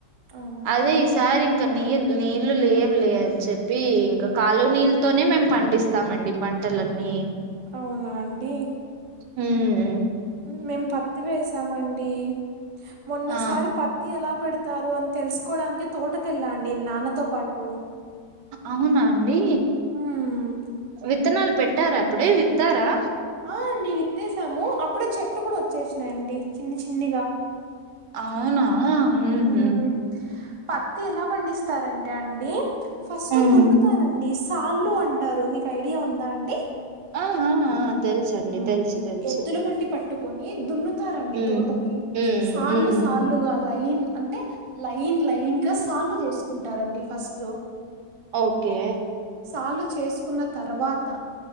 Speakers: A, on the right; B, on the right.
A: అవునా
B: అదే
A: అండి
B: ఈ సారి ఇంక నీరు నీళ్ళు లేవు లే అని చెప్పి, ఇంక కాల్వ నీళ్ళతోనె మేము పండిస్తామండి పంటలన్నీ,
A: అవునా అండి.
B: హ్మ్
A: మేం పత్తి వేసామండి. మొన్నసారి
B: ఆ
A: పత్తి యెలా పెడి తారు అన్ తెల్ స్ కోవడానికి తోటకెళ్ళా అండి నాన్నతో పాటు
B: అవునా అండీ
A: హ్మ్
B: విత్తనాల్ పెట్టార అప్పుడే విత్తారా
A: ఆ అండి విత్తేస్యాము అప్పుడే చెట్లు కూడా వచ్చేస్ నాయండి చిన్ని చిన్నిగా
B: అవున ఆ హు
A: హ్మ్
B: హుమ్
A: పత్తి యెల పండిస్తారంటె అండి ఫస్ట్
B: ఉహు
A: దున్నుతారండీస్ కాళ్ళు అంటరు ‌మీకు ఐడియా ఉంద అండి
B: ఆ ఆ ఆ తెలుసండి
A: ఆ
B: తెలుసు తెలుసు
A: ఎద్దుల బండి పట్ పట్టుకొని దున్ను తు తారండి
B: ఉమ్
A: తోటని
B: ఉమ్
A: సాళ్లు
B: ఉమ్
A: సాళ్లు గా అల్ లైన్ అంటె లైన్ లైన్ గ సాళ్లు జేస్ కుంటరండి ఫస్ టు
B: ఓకే
A: సాళ్లు చేస్కున్న తర్వాత